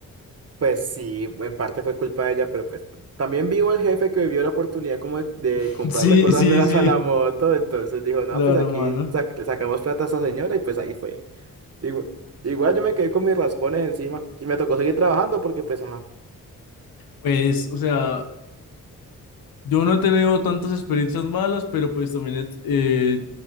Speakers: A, on the right; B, on the left.
A: Pues sí, en parte fue culpa de ella, pero pues también vivo el jefe que vio la oportunidad como de, de
B: <laughs>
A: comprarle
B: Sí,
A: cosas
B: sí,
A: <laughs> nuevas
B: sí,
A: a la moto, entonces dijo, no,
B: claro,
A: pues aquí
B: mano.
A: sac- sacamos plata a esa señora y pues ahí fue. Igual, igual yo me quedé con mis raspones encima y me tocó seguir trabajando porque pues, ajá,
B: Pues, o sea, yo no he tenido tantas experiencias malas, pero pues también he, eh,